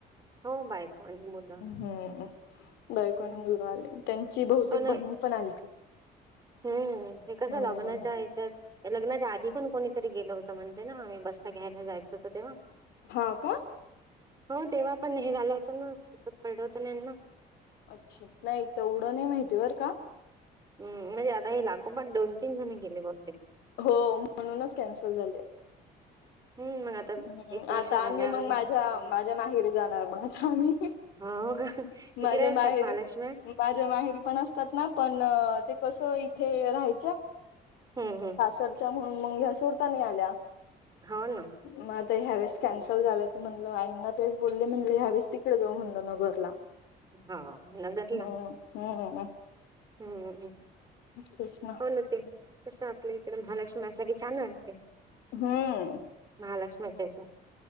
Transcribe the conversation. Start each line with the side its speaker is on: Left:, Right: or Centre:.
Right: हो बायको आणि मुलं.
Left: हम्म बायको
Right: हम्म
Left: आणि मुलगा आले, त्यांची बहुतेक
Right: पण
Left: बहीण पण आलती.
Right: हम्म हे कसं
Left: हम्म
Right: लग्नाच्या ह्याच्यात, लग्नाच्या आधी पण कोणीतरी गेलं होतं म्हणते ना आम्ही बस्ता घ्यायला जायचं होतं तेव्हा,
Left: हा का
Right: हो तेव्हा पण हे झालं होतं ना अस <unintelligible> यांना.
Left: अच्छा, नाही तेवढं नाही माहिती बर का.
Right: हम् म्हणजे आता हे लागो पण दोन तीन जण गेले बघते
Left: हो म्हणूनच कॅन्सल झाले..
Right: हम्म मग आता
Left: हम
Right: एक वर्ष
Left: आता
Right: झाल्यावर
Left: आम्ही मग माझ्या माझ्या माहेरी जाणार मग आता आम्ही..
Right: हो हो का तिकडे
Left: माझ्या
Right: असतात
Left: माहेरी
Right: महालक्ष्मी..
Left: माझ्या माहेरी पण असतात ना पण ते कस इथे राहाय..
Right: हम्म हम्म...
Left: च म्हणून म घ्या सड आल्या
Right: हो ना
Left: म.. ह्यावेळेस कॅन्सल झाला तर म्हणलं आईंना तेच बोलले म्हण ह्यावेळेस तिकडे जाऊ म्हणलं नगरला...
Right: हो नगरला
Left: हो हो
Right: हम्म
Left: तेच ना
Right: हो न ते कसं आपल्या इकडे महालक्ष्मी... माझ्यासाठी छान वाटते
Left: हम्म
Right: महालक्ष्मीच्या..